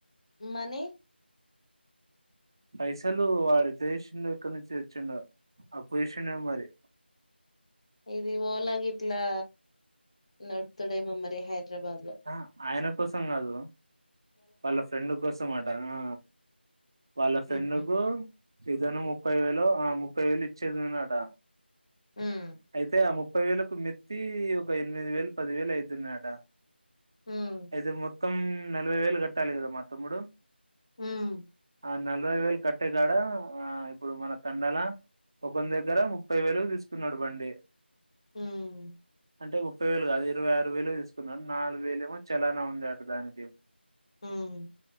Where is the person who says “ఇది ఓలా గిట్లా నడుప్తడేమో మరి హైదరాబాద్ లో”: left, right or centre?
Left